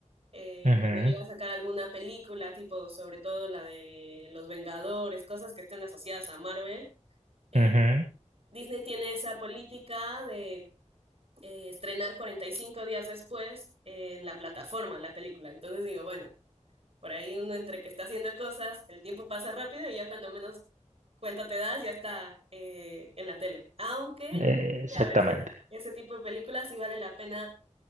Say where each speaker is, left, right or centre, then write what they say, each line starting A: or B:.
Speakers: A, on the right; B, on the right.
A: eh,
B: ujú,
A: cuando llega a sacar alguna película, tipo sobre todo la de Los Vengadores, cosas que estén asociadas a Marvel. eh,
B: ujú,
A: Disney tiene esa política de eh, estrenar 45 días después eh, en la plataforma, la película. Entonces digo, bueno, por ahí uno entre que está haciendo cosas, el tiempo pasa rápido y ya cuando menos cuenta te das, ya está eh, en la tele. Aunque
B: eh, exactamente.
A: sí, a veces ese tipo de películas sí vale la pena